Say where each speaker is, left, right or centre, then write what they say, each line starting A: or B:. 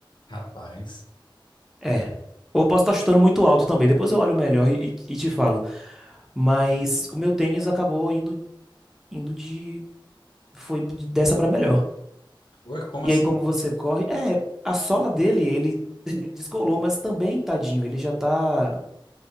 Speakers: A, on the left; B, in the centre.
A: Rapaz.
B: É. Ou posso estar chutando muito alto também. Depois eu olho melhor e, e- e te falo. Mas o meu tênis acabou indo, indo de. Foi de- dessa pra melhor.
A: Ué, como
B: E
A: assim?
B: aí, como você corre. É, a sola dele, ele <laughs> descolou, mas também, tadinho, ele já tá.